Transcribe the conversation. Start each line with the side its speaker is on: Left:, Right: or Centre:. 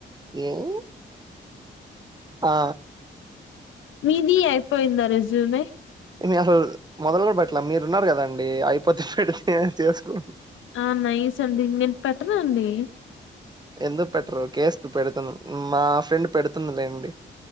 Right: ఏముంది ఆ
Left: మీది అయిపోయిందా రెజ్యూమే
Right: నేను అసలు మొదలే పెట్టలే మీరు ఉన్నారు కదండి అయిపోతే పెడితే చేసుకు
Left: ఆ నైస్ అండి నేను పెట్టనండి
Right: ఎందుకు పెట్టరు కేసు పెడుతున్న మా ఫ్రెండ్ పెడుతుందిలేండి